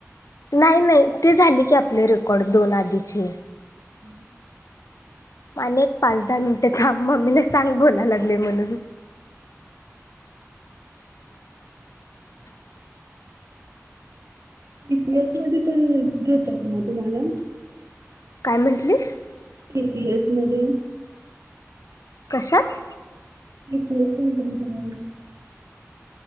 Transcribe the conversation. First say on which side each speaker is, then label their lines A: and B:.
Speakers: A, on the left; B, on the right.
A: नाही नाही ते झाले की, आपले रेकॉर्ड दोन आधीचे
B: <unintelligible>
A: आणि एक पाच दहा मिनिटे थांब. मम्मीला सांग बोलायला लागलोय. म्हणून <unintelligible>
B: इतिहास मधी पण घेतात मग तुम्हाला
A: काय म्हटलीस?
B: इतिहास मध्ये
A: कश्यात?
B: <unintelligible>